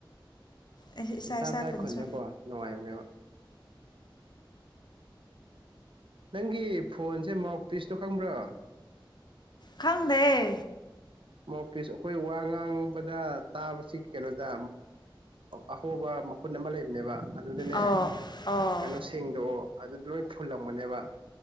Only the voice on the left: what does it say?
ꯑꯦ ꯏꯁꯥ
ꯏꯁꯥ
ꯈꯨꯟꯁꯨ
ꯈꯪꯗꯩ
ꯑꯣ ꯑꯣ